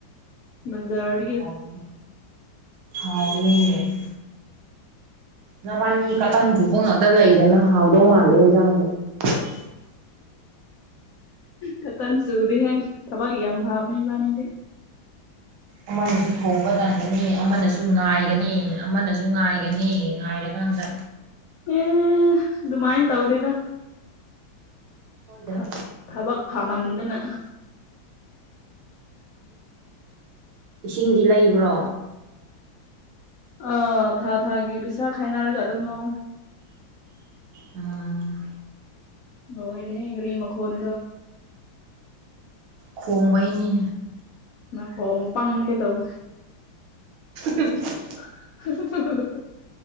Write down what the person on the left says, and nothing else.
ꯕꯖꯔꯠ
ꯀꯇꯟ ꯁꯨꯗꯦ ꯍꯦ ꯊꯕꯛ ꯌꯥꯝꯦꯝ ꯐꯕ ꯅꯕꯥꯅꯤꯗꯦ
ꯑꯦ ꯑꯗꯨꯗꯨꯃꯥꯏꯟ ꯇ ꯍꯗꯦꯗ
ꯊ ꯊꯕꯥꯛ ꯐꯥꯃꯥꯟꯗꯅ ꯎ
ꯑ ꯊꯥ ꯊꯥꯒꯤ ꯄꯩꯁꯥ ꯈꯥꯏꯅꯔꯒ ꯑꯗꯨꯝ ꯂꯧ
ꯍꯣꯏ ꯍꯦꯒꯔꯤꯃ ꯀ ꯍꯣꯜ
ꯅ ꯍꯣꯡꯄꯒꯦ ꯇꯧ
<inaudible>